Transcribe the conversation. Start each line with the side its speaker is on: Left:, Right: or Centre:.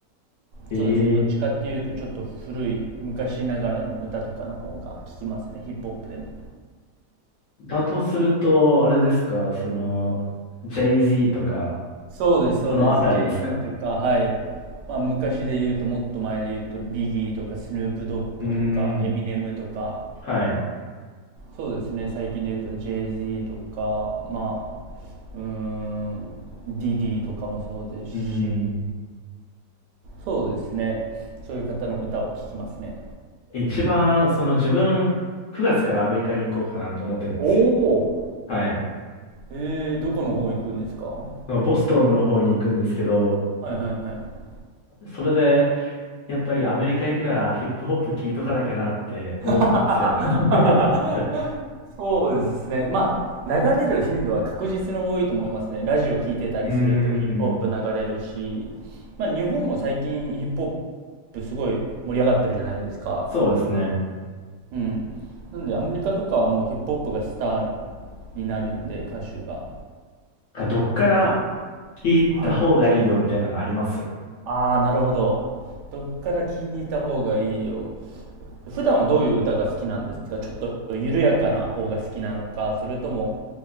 Left: ええ
Right: そうですね、どっちかっていうと、ちょっと古い、昔ながらの歌とかの方が聞きますね、ヒップホップでも。
Left: だとすると、あれですか、その、j z とか、
Right: そうです、そうです。
Left: そのあたりですか
Right: j z とか、はい。まあ、昔で言うと、もっと前で言うと、ビギーとか、スヌープドッグとか、
Left: うーん。
Right: エミネムとか、
Left: はい。
Right: そうですね、最近で言うと、j z とか、まあ、うーん、ディディとかもそうですし、
Left: うーん。
Right: そうですね、そういう方の歌を聴きますね。
Left: 一番、その自分、9月からアメリカに行こうかなと思ってるんですよ。
Right: おお、
Left: はい。
Right: えー、どこの方行くんですかは
Left: のボストンの方に行くんですけど、
Right: いはいはい。
Left: それで、やっぱりアメリカ行くならヒップホップ聞いとかなきゃなって思ってるんですよ。
Right: <laughs>
Left: <laughs>
Right: そうですね。まあ、流れる頻度は確実に多いと思いますね。ラジオ聞いてたりするとヒップホップ流れるし、
Left: うーん。
Right: まあ日本も最近ヒップホップすごい盛り上がってるじゃないですか。
Left: そうですね。
Right: うん。なんでアメリカとかはもうヒップホップがスターになるんで、歌手が。
Left: どっから
Right: け
Left: 聞いた方がいいよみたいなのあります
Right: はい。ああ、なるほど。どっから聞いた方がいいよ。普段はどういう歌が好きなんですかちょっと緩やかな方が好きなのか、それとも、